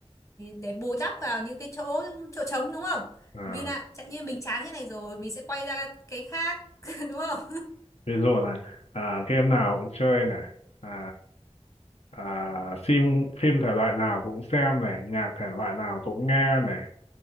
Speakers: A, on the left; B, on the left.
A: để bù đắp vào những cái chỗ chỗ trống đúng không
B: à,
A: vì là chẳng như mình chán cái này rồi mình sẽ quay ra cái khác <laughs> đúng không
B: ví dụ này, à, game nào cũng chơi này, à, à, phim phim thể loại nào cũng xem này, nhạc thể loại nào cũng nghe này,